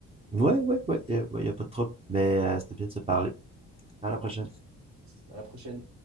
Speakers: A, on the right; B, on the right.
A: Ouais, ouais, ouais, y a- ouais, y a pas de trouble, mais euh, c'était bien de se parler. À la prochaine.
B: À la prochaine.